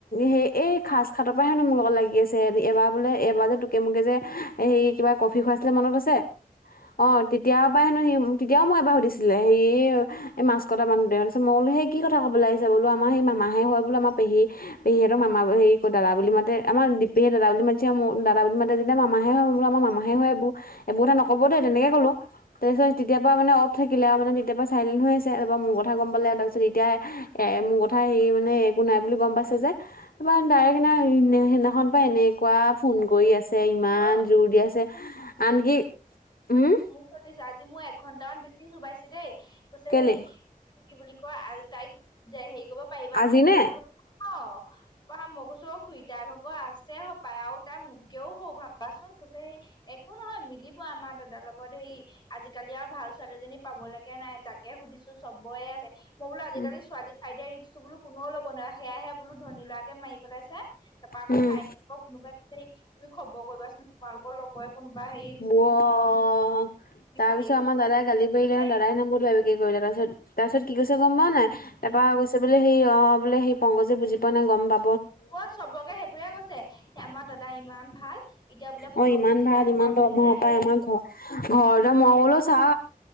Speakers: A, on the left (about 80°); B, on the left (about 30°).
A: সে এই খাচখাতৰ পৰাই হেনো মোৰ লগত লাগি ই আছে এবাৰ বোলে এবাৰ যে তোকে মোকে যে হেই কিবা কফি খুৱাইছিলে মনত আছে, অ তি তিয়াৰ পা হেনো সি তেতিয়াও মু এবা সুধিছিলে হেই এই মাছ কটা মানু দে তাছত ম কলো হেই কি কথা কবলে আহিছা বুলু আমা সেই মামাহে হয় বুলু আমা পেহী পেহী হেতৰ মামা হেৰি ক দাদা বুলি মাতে আমাৰ দিপ পেহীয়ে দাদা বুলি মাইতছে আও ম দাদা বুলি মাতে যে মামাহে হব আমা মামাহে হ'য় এইবোৰ, এইবোৰ এথা নকব দেই তেনেকে ক'লো। তাৰছ তেতিয়া পআ মানে অফ থাকিলে আউ মানে তেতিয়া পআ চাইলেণ্ট হৈ আছে এপআ মোৰ কথা গম পালে তাৰপিছত এতিয়া এ মোৰ কথা হে মানে একো নাই বুলি গম পাইছে যে। ডাইৰেক্ট সিদিনা সেইদিনাখন পা এনেকুৱা ফোন কৰি আছ। ইমান
B: অ
A: জোৰ দিয়া আছে আনকি উম।
B: সিহঁতি যে আজি মোক এঘন্টামান বেছি চোবাইছে দেই পিছে
A: কেলে
B: সেই কি বুলি কয়, তাইক হেৰি কৰিব পাৰিবা
A: আজি
B: নি মই
A: নে
B: বোলো অ', <unintelligible> মোতকেও ভাবাচোন কুছে হেই, একো নহয় মিলিব আমাৰ দাদাৰ লগত হেই আজিকালি আৰু ভাল ছোৱালীজনী পাবলৈকে নাই, যাকে সুধিছো চবৰে আছে। মই বোলো আজিকালি
A: উম
B: ছোৱালী চাই দিয়া ৰিক্সটো কোনেও ল'ব নোৱাৰে, সেয়াইহে বোলো ধনী লৰাকে মাৰি পেলাইছে। তাৰপা আকৌ
A: উম
B: চাই থাকিবা, কোনোবাই তুমি খবৰ কৰিবাচোন তোমালোকৰ লগৰে কোনোবাই
A: <unintelligible>
B: বিচাৰিবাচোন
A: তাৰপিছত আমাৰ দাদাই গালি <unintelligible>
B: বিচাৰিবা
A: দাদাই নাম্বৰটো <unintelligible> কৰিলে তাৰ পিছত তাৰ পিছত কি কৈ গম পা নাই
B: কি
A: তাৰপা বোলে সেই অ', বোলে সেই পংগজে বুজি পোৱা নাই গম পা
B: অ', চবকে সেইটোৱে কৈছে, আমাৰ দাদ দাই ইমান ভাল, এতিয়া বোলে কোনেও
A: অ ইমান
B: বুজি
A: ভাল
B: নাই
A: ইমান
B: পোৱা
A: দৰমহা
B: বুলিহে হেৰি
A: পাই আমাৰ ঘৰ ঘৰতে মই বালো চাহ